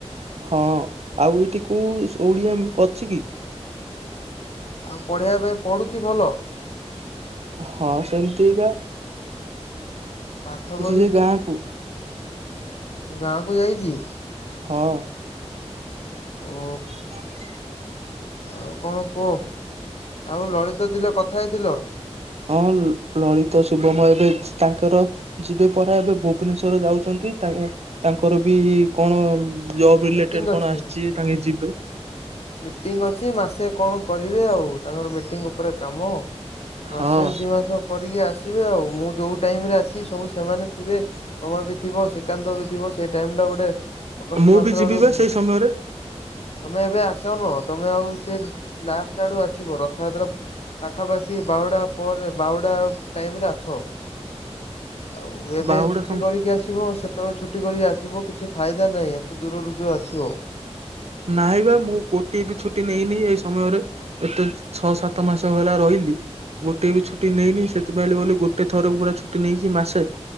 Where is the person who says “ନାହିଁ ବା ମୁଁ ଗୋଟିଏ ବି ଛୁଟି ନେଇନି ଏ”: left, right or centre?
Right